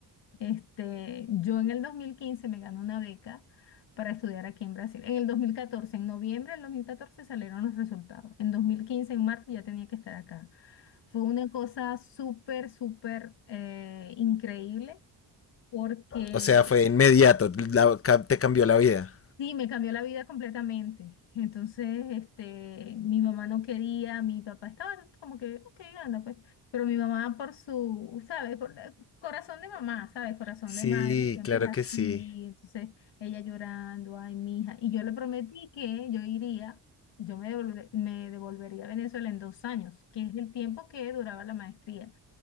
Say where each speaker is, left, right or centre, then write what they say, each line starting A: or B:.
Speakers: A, on the left (about 75°); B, on the left (about 35°).
A: este, yo en el 2015 me gané una beca para estudiar aquí en Brasil. En el dos mil catorce en noviembre del 2014 salieron los resultados. En dos mil quince en marzo, ya tenía que estar acá. Fue una cosa súper, súper eh, increíble porque
B: o sea, fue inmediato, la- ca- te cambió la vida.
A: Sí, me cambió la vida completamente. Entonces, este, mi mamá no quería, mi papá estaba como que, ok, anda pues. Pero mi mamá por su, ¿sabes? Por la- corazón de mamá, ¿sabes? Corazón
B: Sí,
A: de madre, siempre
B: claro
A: es así.
B: que sí.
A: Entonces, ella llorando, ay, mi hija. Y yo le prometí que yo iría, yo me devolve- me devolvería a Venezuela en dos años, que es el tiempo que duraba la maestría.